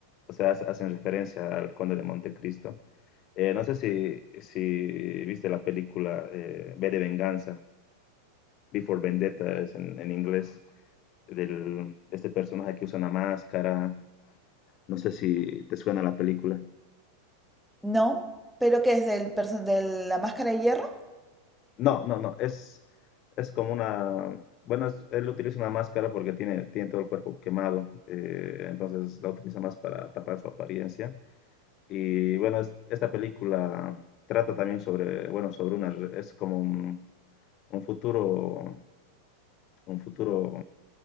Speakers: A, on the left; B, in the centre.
A: o sea, hace- hacen referencia al Conde de Montecristo. Eh, no sé si, si viste la película eh, V de Venganza, V for Vendetta es en, en inglés, del, este personaje que usa una máscara, no sé si te suena la película.
B: No, pero ¿qué es del perso- de la máscara de hierro?
A: No, no, no, es, es como una, bueno, es- él utiliza una máscara porque tiene, tiene todo el cuerpo quemado, eh, entonces la utiliza más para tapar su apariencia. Y bueno, es- esta película trata también sobre, bueno, sobre una, re- es como un, un futuro, un futuro,